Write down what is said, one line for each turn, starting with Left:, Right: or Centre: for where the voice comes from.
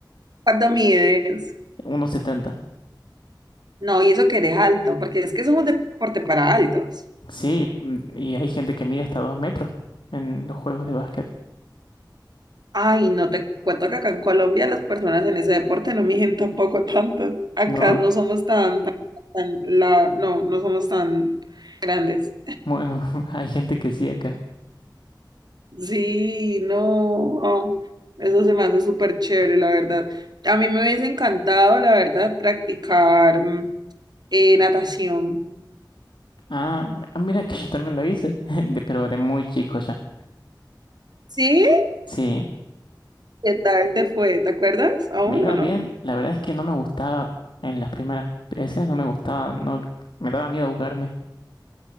Right: ¿cuánto mides?
Left: Uno setenta,
Right: No, y eso que eres alto, porque es que es un deporte para altos.
Left: Sí, mm, y hay gente que mide hasta 2 metros en los juegos de básquet,
Right: Ay, no te cuento que acá en Colombia las personas en ese deporte no miden tampoco tanto. Acá
Left: ¿no?
Right: no somos tan, tan, tan- la, no, no somos tan grandes.
Left: Bueno, <laughs> hay gente que sí acá.
Right: Sí, no, oh, eso se me hace súper chévere, la verdad. A mí me hubiese encantado, la verdad, practicar mm, eh, natación.
Left: Ah, ah, mira que yo también lo hice, <laughs> de- pero de muy chico ya.
Right: ¿Sí?
Left: Sí,
Right: ¿Qué tal te fue? ¿Te acuerdas aún
Left: me iba
Right: o no?
Left: bien, la verdad es que no me gustaba en las primeras veces, no me gustaba, no me daba miedo ahogarme.